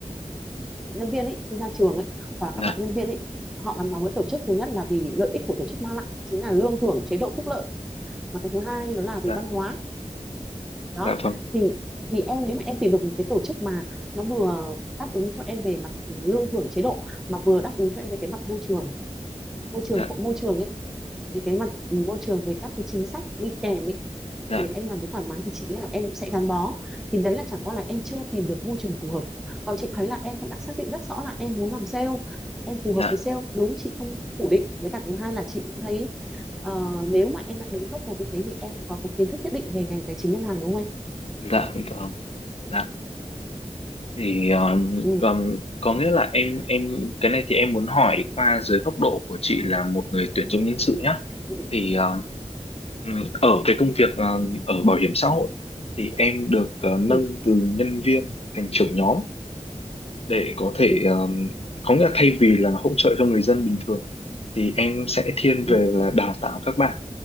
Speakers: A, in the centre; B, on the left.
A: nhân viên ấy khi ra trường ấy hoặc là
B: dạ
A: các bạn nhân viên ấy họ gắn bó với tổ chức thứ nhất là vì lợi ích của tổ chức mang lại chính là lương thưởng chế độ phúc lợi mà cái thứ hai đó là về
B: dạ
A: văn hóa đó
B: dạ vâng
A: thì thì em nếu mà em tìm được một cái tổ chức mà nó vừa đáp ứng cho em về mặt lương thưởng chế độ mà vừa đáp ứng cho em về cái mặt môi trường môi trường
B: dạ
A: môi trường ấy về cái mặt môi trường về các cái chính sách đi kèm ấy
B: dạ
A: để em làm việc thoải mái thì chị nghĩ là em sẽ gắn bó thì đấy là chẳng qua là em chưa tìm được môi trường phù hợp còn chị thấy là em cũng đã xác định rất rõ là em muốn làm sale em phù hợp
B: dạ
A: với sale đúng chị không phủ định với cả thứ hai là chị cũng thấy ờ, nếu mà em đã đứng top một như thế thì em cũng có cái kiến thức nhất định về ngành tài chính ngân hàng đúng không em
B: dạ vâng dạ thì um,
A: ừ
B: còn có nghĩa là em em cái này thì em muốn hỏi qua dưới góc độ của chị là một người tuyển dụng nhân sự nhá
A: ừ
B: thì ờ, ừm, ở cái công việc ờ, ở bảo hiểm xã hội thì em được ờ, nâng
A: ừ
B: từ nhân viên thành trưởng nhóm để có thể
A: ừ
B: um, có nghĩa là thay vì là hỗ trợ cho người dân bình thường thì em sẽ thiên về
A: ừ
B: là đào tạo các bạn